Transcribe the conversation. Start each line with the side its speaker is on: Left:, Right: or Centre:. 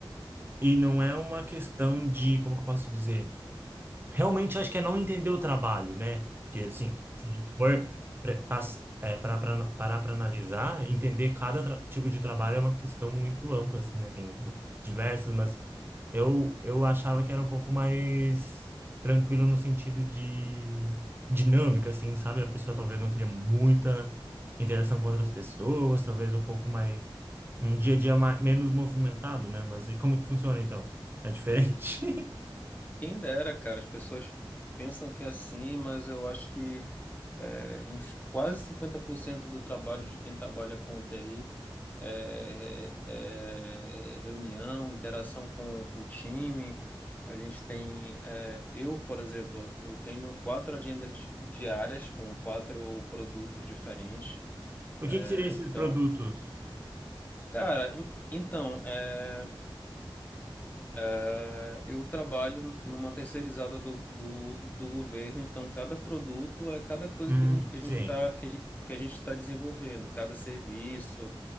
Right: e não é uma questão de, como que eu posso dizer? Realmente acho que é não entender o trabalho, né? Porque, assim, se a gente for pre- pass- é, parar para parar para analisar, entender cada tra- tipo de trabalho é uma questão muito ampla, assim, né? Tem diversas, mas Eu, eu achava que era um pouco mais tranquilo no sentido de dinâmica, assim, sabe? A pessoa talvez não teria muita interação com outras pessoas, talvez um pouco mais, um dia a dia mais, menos movimentado, né? Mas e como que funciona então? É diferente? <laughs>
Left: Quem dera, cara, as pessoas pensam que é assim, mas eu acho que é, uns quase 50% do trabalho de quem trabalha com TI é, é é reunião, interação com o time. A gente tem, é, eu, por exemplo, eu tenho quatro agendas di- diárias com quatro produtos diferentes.
Right: O
Left: É,
Right: que que seriam esses
Left: então,
Right: produtos?
Left: cara, en- então, eh, É, eu trabalho numa terceirizada do, do, do governo, então cada produto é cada coisa
Right: Hum,
Left: que a gente que a
Right: sim,
Left: gente está que a gente, que a gente está desenvolvendo, cada serviço,